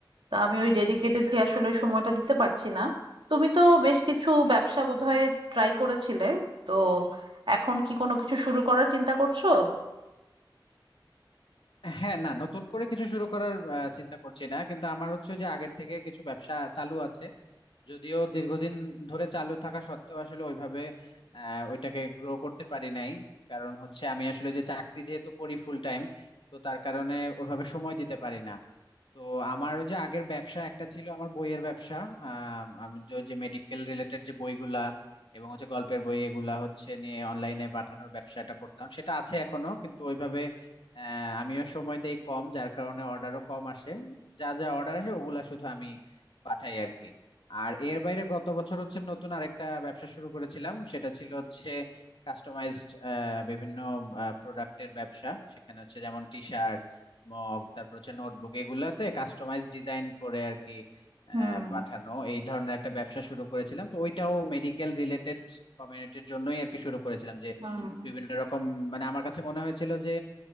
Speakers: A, on the right; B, on the left.
A: তো আমি ওই ডেডিকেটেডলি আসলে ওই সময়টা দিতে পারছি না। তুমি তো বেশ কিছু ব্যবসা বোধহয় ট্রাই করেছিলে। তো এখন কি কোনো কিছু শুরু করার চিন্তা করছো?
B: হ্যাঁ না নতুন করে কিছু শুরু করার আহ, চিন্তা করছি না কিন্তু আমার হচ্ছে যে আগের থেকে কিছু ব্যবসা চালু আছে যদিও দীর্ঘদিন ধরে চালু থাকা সত্ত্বেও আসলে ওইভাবে আহ, ওইটাকে গ্রো করতে পারি নাই কারণ হচ্ছে আমি আসলে যে চাকরি যেহেতু করি ফুল টাইম তো তার কারণে ওইভাবে সময় দিতে পারি না তো আমারও যে আগের ব্যবসা একটা ছিল আমার বইয়ের ব্যবসা আহ, আমি যে ওই যে মেডিকেল রিলেটেড যে বইগুলা এবং হচ্ছে গল্পের বই এগুলা হচ্ছে নিয়ে অনলাইনে পাঠানোর ব্যবসাটা করতাম সেটা আছে এখনো কিন্তু ওইভাবে আহ, আমিও সময় দেই কম যার কারণে অর্ডারও কম আসে যা যা অর্ডার আসে ওগুলা শুধু আমি পাঠাই আর কি আর এর বাইরে গত বছর হচ্ছে নতুন আরেকটা ব্যবসা শুরু করেছিলাম সেটা ছিল হচ্ছে কাস্টমাইজড বিভিন্ন প্রোডাক্টের ব্যবসা সেখানে হচ্ছে যেমন টি শার্ট মগ তারপর হচ্ছে নোটবুক এগুলাতে কাস্টমাইজ ডিজাইন করে আর কি
A: হুম
B: আহ, পাঠানো এই ধরনের একটা ব্যবসা শুরু করেছিলাম তো ওইটাও মেডিকেল রিলেটেড কমিউনিটির জন্যই আর কি শুরু করেছিলাম যে
A: হুম
B: বিভিন্ন রকম মানে আমার কাছে মনে হয়েছিল যে